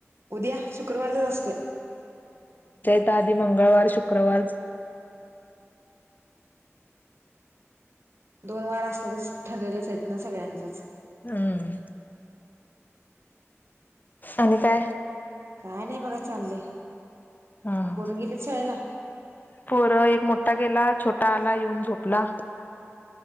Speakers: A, on the right; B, on the left.
A: उद्या शुक्रवारचच असत
B: ता आधी मंगळवार शुक्रवार
A: दोन वार असल्या तरच ठरलेलंच येत ना सगळ्यांचच
B: हम् आणि काय
A: काय नाही बघा चाललंय
B: हम्
A: पोरं गेलीत शाळेला?
B: पर एक मोठा गेला छोटा आला येऊन झोपला